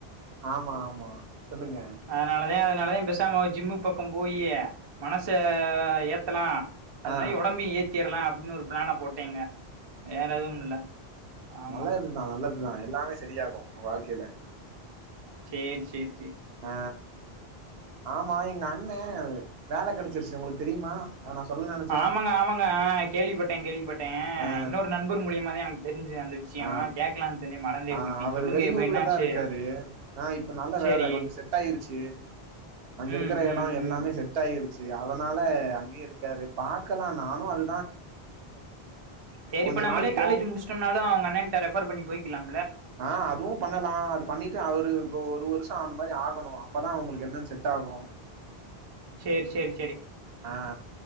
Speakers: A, on the right; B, on the right.
A: ஆமா ஆமா சொல்லுங்க
B: அதனாலதே அதனாலதே பெசாம ஜிம்மு பக்கம் போயி மனச ஏத்தலா அது
A: ஆ
B: மாரி ஒடம்பையு ஏத்திர்லா அப்டின் ஒரு பிளேன போட்டேங்க வேறெதும் இல்ல ஆமா
A: நல்லது தா நல்லது தா எல்லாமே செரி ஆகு வாழ்க்கைல
B: சேர் சேர்ஸ்
A: ஆ ஆமா எங்க அண்ண வேல கெடச்சுருச்சு உங்களுக்கு தெரியுமா அத நா சொல்ல நெனச்சே
B: ஆமாங்க ஆமாங்க அ கேள்விப்பட்டே கேள்விப்பட் டே
A: ஆ
B: இன்னொரு நண்பர் மூலியமா தா எனக்கு தெரிஞ்சது அந்த விஷயம்.
A: ஆ
B: கேட்கலான்னு இருந்தேன் மறந்தே
A: ஆ
B: போயிட்டேன்.
A: அவரு
B: சொல்லுங்க
A: வெளியூர்லதா
B: இப்ப என்னாச்சு?
A: இருக்காரு ஆ இப்ப நல்ல
B: சரி.
A: வேல கொஞ்சோ செட் ஆயிருச்சு அங்க
B: ம்,
A: இருக்குற
B: ம்,
A: எடோ எல்லாமே
B: ம்,
A: செட் ஆயிரு ச்சு அதா அதனால அங்கயே இருக்காரு பாக்கலாம் நானு அது
B: சேரி
A: கொஞ்ச
B: இப்ப நம்மளே
A: நாள் போ
B: காலேஜ் முடுச்சுட்டம்னாலு உங்க அண்ணேன் ட்ட ரெஃபர் பண்ணி போய்க்கிலாம்
A: ஆ அதுவு பண்ணலா அது பண்ணிட்டு அவரு ஒரு
B: ம்.
A: ஒரு வருஷோ அந்த மாரி ஆகணு அப் அப்பதா உங்களுக்கு என்னன் செட் ஆகு
B: சேர் சேரி
A: ஆ